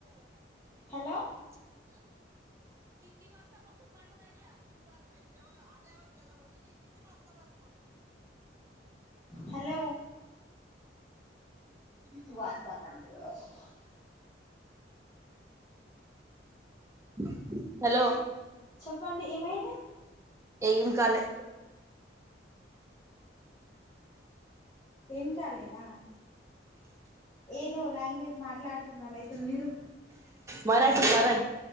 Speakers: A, on the left; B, on the right.
A: హలో హలో కితి వాస్త కానీ <unintelligible> <inaudible>
B: బ <inaudible> <unintelligible> హలో
A: చెప్పండి ఏమైంది
B: ఏం కాలే
A: ఏం కాలేదా ఏదో లాంగ్వేజ్ మాట్లాడుతున్నారు అయితే మీరు
B: మరాఠీ మరాఠీ